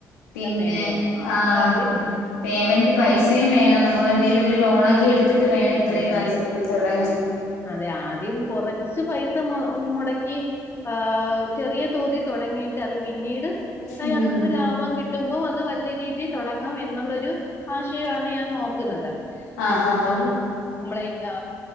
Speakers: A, on the left; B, on the left.
A: എല്ലാം
B: പിന്നെ
A: വേണ്ടേ അപ്പൊ നമുക്ക്
B: ആ
A: ആദ്യം
B: പേയ്മെന്റ്
A: ആ
B: പൈസയും വേണം നമ്മൾ എന്തെലും ഒരു ലോണൊക്കെ എടുത്തിട്ട് വേണം ഇത്രയും
A: അതെ അതെ
B: നല്ല രീതിയില് തുടങ്ങാൻ
A: അതെ ആദ്യം കുറച്ച് പൈസ മുടക്കി ആ ചെറിയ തോതി തൊടങ്ങീട്ട് അത് പിന്നീട് അയ്നകത്ത്ന്ന്
B: ഉം ഉം
A: ലാഭം കിട്ട് കിട്ടുമ്പോൾ അത് വലിയ രീതിയിൽ തൊ ടങ്ങാം എന്നുള്ളൊരു ആശയമാണ് ഞാൻ നോക്കുന്നത്
B: ആഹ് ആഹ്
A: അപ്പം
B: ആഹ്
A: നമ്മളെയ് ങ്ങേ